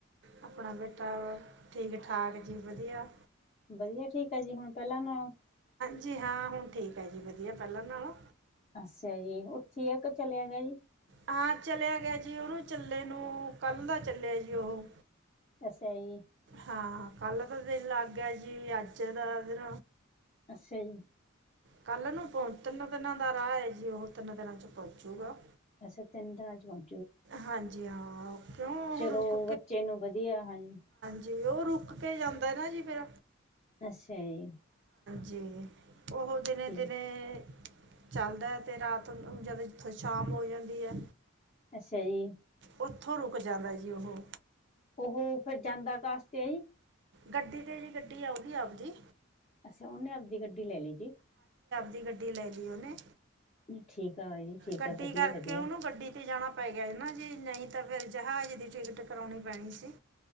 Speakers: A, on the right (about 60°); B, on the left (about 35°).
A: ਆਪਣਾ ਬੇਟਾ ਹੋ ਠੀਕ ਠਾਕ ਜੀ ਵਧੀਆ।
B: ਵਧੀਆ ਠੀਕ ਆ ਜੀ ਹੁਣ ਪਹਿਲਾਂ ਨਾਲੋ,
A: ਜੀ ਹਾਂ ਹੁਣ ਠੀਕ ਆ ਜੀ ਵਧੀਆ। ਪਹਿਲਾਂ ਨਾਲੋਂ
B: ਅੱਛਾ ਜੀ ਉੱਥੇ ਆ ਕੇ ਚਲਿਆ ਗਿਆ ਜੀ
A: ਹਾਂ ਚਲਿਆ ਗਿਆ ਜੀ ਉਹੋ, ਚੱਲੇ ਨੂੰ ਕੱਲ ਦਾ ਚੱਲਿਆ ਜੀ ਉਹ,
B: ਅੱਛਾ ਜੀ
A: ਹਾਂ ਕੱਲ ਦਾ, ਦਿਨ ਲੱਗ ਗਿਆ ਜੀ ਅੱਜ ਦਾ ਦਿਨ,
B: ਅੱਛਾ ਜੀ,
A: ਕੱਲ ਨੂੰ ਤਿੰਨ ਦਿਨਾਂ ਦਾ ਰਾਹ ਹੈ ਜੀ ਉਹ ਤਿੰਨ ਦਿਨਾਂ ਚ ਪਹੁੰਚੂਗਾ।
B: ਅਸ ਤਿੰਨ ਦਿਨਾਂ ਵਿੱਚ ਪਹੁੰ
A: ਹਾਂਜੀ ਹਾਂ, ਕਿਉਂ ਉਹ
B: ਚਲੋ
A: ਰੁਕ
B: ਬੱਚੇ ਨੂੰ ਵਧੀਆ ਹਾਂਜੀ,
A: ਜੀ ਉਹ ਰੁਕ ਕੇ ਜਾਂਦਾ ਨਾ ਜੀ ਫਿਰ,
B: ਅੱਛਾ ਜੀ,
A: ਜੀ, ਉਹ ਦਿਨੇ-ਦਿਨੇ,
B: ਠੀਕ
A: ਚੱਲਦਾ ਹੈ ਤੇ ਰਾਤ ਜਦ ਇਥੇ ਸ਼ਾਮ ਹੋ ਜਾਂਦੀ ਹੈ।
B: ਅੱਛਾ ਜੀ,
A: ਉੱਥੋਂ ਰੁਕ ਜਾਂਦਾ ਜੀ ਉਹ
B: ਉਹ ਫੇਰ ਜਾਂਦਾ ਕਾਸਤੇ ਐ?
A: ਗੱਡੀ ਤੇ ਜੇ ਗੱਡੀ ਆਉਗੀ ਆਪਦੀ
B: ਅੱਛਾ ਉਹਨੇ ਆਪਦੀ ਗੱਡੀ ਲੈ ਲੀ ਕਿ
A: ਦੀ ਗੱਡੀ ਲੈ ਲਈ ਉਹਨੇ
B: ਠੀਕ ਆ ਜੀ ਠੀਕ
A: ਗੱਡੀ
B: ਆ ਵਧੀਆ
A: ਕਰਕੇ
B: ਵਧੀਆ।
A: ਉਹਨੂੰ ਗੱਡੀ ਤੇ ਜਾਣਾ ਪੈ ਗਿਆ ਸੀ, ਨਾ ਜੀ ਨਹੀਂ ਤਾਂ ਫਿਰ ਜਹਾਜ਼ ਦੀ ਟਿਕਟ ਕਰਾਉਣੀ ਪੈਣੀ ਸੀ।